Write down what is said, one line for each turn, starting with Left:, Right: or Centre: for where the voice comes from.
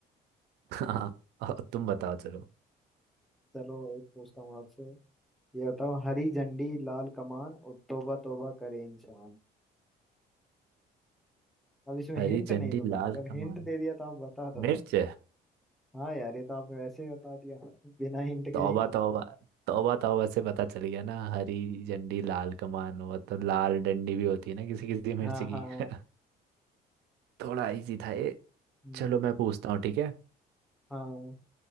Right: हाँ और तुम बताओ चलो
Centre: चलो एक पूछता हूँ आपसे ये बताओ हरी झंडी लाल कमान और तौबा तौबा करे इंसान अब इसमें
Right: हरी
Centre: हिंट नहीं
Right: झंडी
Centre: दूंगा
Right: लाल
Centre: अगर
Right: कमान
Centre: हिंट दे दिया तो आप बता दोगे
Right: मिर्च
Centre: हाँ यार ये तो आपने वैसे ही बता दिया <laughs> बिना हिंट के
Right: तौबा
Centre: ही
Right: तौबा तौबा तौबा से पता चल गया ना हरी झंडी लाल कमान मतलब लाल डंडी भी होती है ना किसी किसी
Centre: हाँ
Right: मिर्च की
Centre: हाँ
Right: <laughs> थोड़ा इजी था ये
Centre: हम्म,
Right: चलो मैं पूछता हूँ ठीक है
Centre: हाँ